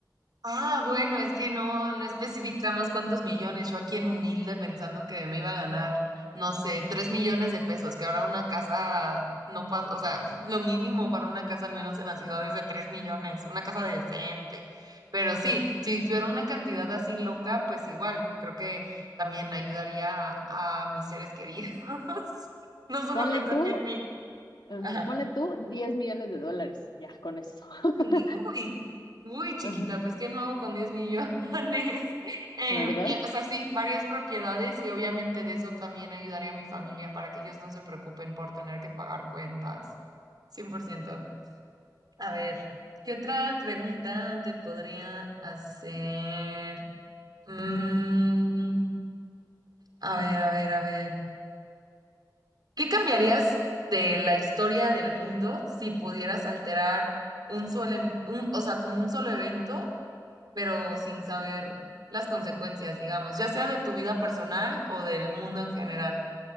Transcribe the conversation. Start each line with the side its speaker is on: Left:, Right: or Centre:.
Right: Ah, bueno, es que no, no especificamos cuántos millones. Yo aquí en humilde pensando que me iba a ganar, no sé, tres millones de pesos, que ahora una casa no pasa, o sea, <laughs> lo mínimo para una casa, al menos en la ciudad, es de tres millones, una casa decente. Pero sí, si fuera una cantidad así loca, pues igual, creo que también ayudaría a, a mis seres queridos. <laughs> No solo
Left: Ponle
Right: pensaría
Left: tú,
Right: en mí.
Left: ajá,
Right: Ajá.
Left: ponle tú 10 millones de dólares. Ya, con eso. <laughs>
Right: Ay, uy, Uy, chiquita,
Left: Ajá.
Right: pues ¿qué no hago con 10 millones? <laughs> Em,
Left: ¿Verdad?
Right: eh, o sea, sí, varias propiedades y obviamente de eso también ayudaré a mi familia para que ellos no se preocupen por tener que pagar cuentas. cien por ciento A ver, ¿qué otra pregunta te podría hacer? Mm, a ver, a ver, a ver. ¿Qué cambiarías de la historia del mundo si pudieras alterar un solo, em- un- o sea, como un solo evento? pero sin saber las consecuencias, digamos, ya sea de tu vida personal o del mundo en general.